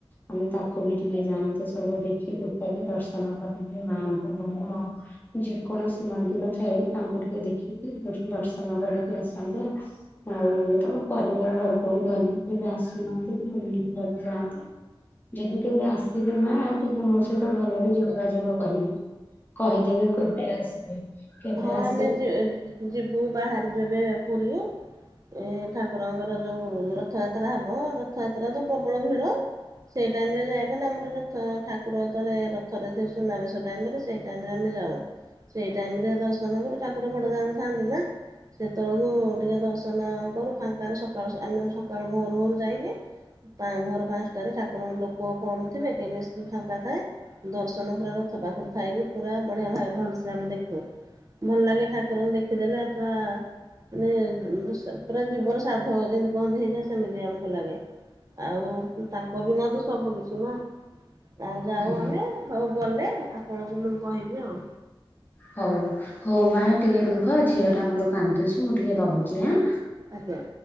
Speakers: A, on the left; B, on the right.
A: ଆମେ ତାକୁ ବି ଟିକେ ଯାଆନ୍ତେ ସବୁ ଦେଖି ଦୁଖାକି ଦର୍ଶନ କରନ୍ତେ ମାଆଙ୍କୁ ଯୋଉ ମଙ୍ଗଳା। ଯେକୌଣସି ମନ୍ଦିର ଥାଏ, ତାଙ୍କୁ ଟିକେ ଦେଖିକି ଦର୍ଶନ କରିକି ଆସନ୍ତି। ଆଉ ତମ ପରିବାର ବର୍ଗକୁ ଧରିକି କେବେ ଆସୁନାହାନ୍ତି, ଵୁଲି ବୁଲାକି ଯାଆନ୍ତ? ଯଦି କେବେ ଆସିବେ ନା ଟିକେ ମୋ ସହିତ ଭଲରେ ଯୋଗାଯୋଗ କରିବି। କହିଦେବି କେବେ ଆସିବେ? କେବେ
B: ହଁଲୋ
A: ଆସିବେ
B: ଝିଅ, ଯିବୁ ବାହାରିକି ଏବେ ପୁରୀ। ଏ ଠାକୁରଙ୍କର ଯୋଉ ରଥଯାତ୍ରା ହବ, ରଥଯାତ୍ରା ତ ପ୍ରବଳ ଭିଡ। ସେଇ ଟାଇମ ରେ ଯାଇବ ନା, ଆମର ରଥ ଠାକୁରଳେ ରଥ ରେ ସୁନାବେ ସେ ଟାଇମ ରେ। ସେଇ ଟାଇମରେ ଆମେ ଯାଉ, ସେଇ ଟାଇମ ରେ ଦର୍ଶନ କରୁ, ଠାକୁର ବଡଦାମ ଥାଆନ୍ତି ନା। ସେତେବେଳକୁ ଟିକେ ଦର୍ଶନ କରୁ ଫାଙ୍କାରେ ସକାଳୁ ଆମେ ସକାଳୁ ଭୋରୁ ଭୋରୁ ଯାଇକି। ଭୋର ପାଞ୍ଚଟାରେ ଠାକୁରଙ୍କ ଲୋକ କମ ଥିବେ, ତ ବେଶୀ ଫାଙ୍କା ଥାଏ। ଦର୍ଶନ ପୁରା ରଥ ପାଖରୁ ଥାଇକି ପୁରା ବଢ଼ିଆ ଭାବେ ଭଲସ ଆମେ ଦେଖୁ। ଭଲ ଲାଗେ। ଠାକୁରଙ୍କୁ ଦେଖିଦେଲେ ପୁରା ମାନେ, ପୁରା ଜୀବନ ସାର୍ଥକ ଯେମିତି କହନ୍ତି ହେଇଯାଏ, ସେମିତି ଆମକୁ ଲାଗେ। ଆଉ ତାଙ୍କ ବିନା ସବୁ କିଛିନା। ଆଉ ଯାଉ
A: ହୁଁ
B: ଆମେ, ହଉ ଗଲେ ଆପଣଙ୍କୁ ମୁଁ କହିବି ଆଉ।
A: ହଉ, ହଉ ମା ଟିକେ ରୁହ ଝିଅଟା ମୋର କାନ୍ଦୁଚି ମୁଁ ଟିକେ ରହୁଚି ଆଁ।
B: ଆଜ୍ଞା।